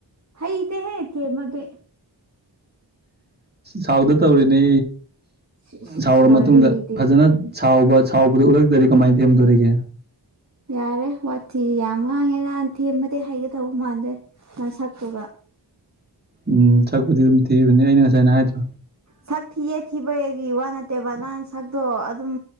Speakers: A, on the right; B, on the right.
A: ꯍꯩꯇꯦꯍꯦ ꯊꯦꯃꯕꯗꯤ
B: ꯁꯥꯎꯗ ꯇꯧꯔꯤꯅꯦ
A: ꯁꯤꯁ
B: ꯁꯥꯎꯔ
A: ꯋꯥꯔꯤꯗꯤ
B: ꯃꯇꯨꯡꯗ ꯐꯖꯅ ꯁꯥꯎꯕ ꯁꯥꯎꯕꯗꯨ ꯎꯠꯂꯛꯇꯗꯤ ꯀꯃꯥꯏꯅ ꯊꯦꯝꯗꯣꯔꯤꯒꯦ
A: ꯌꯥꯔꯦ ꯋꯥꯊꯤ ꯌꯥꯝ ꯉꯥꯡꯉꯦꯅ ꯊꯦꯝꯕꯗꯤ ꯍꯩꯒꯗꯧꯕ ꯃꯥꯟꯗꯦ ꯅꯁꯛꯇꯨꯒ
B: ꯎꯝ ꯁꯛꯄꯨꯗꯤ ꯑꯗꯨꯝ ꯊꯤꯕꯅꯦ ꯑꯩꯅ ꯉꯁꯥꯏꯅ ꯍꯥꯏꯗ꯭ꯔꯣ
A: ꯁꯛ ꯊꯤꯌꯦ ꯊꯤꯕꯒꯤ ꯋꯥ ꯅꯠꯇꯦꯕ ꯅꯪ ꯁꯛꯇꯣ ꯑꯗꯨꯝ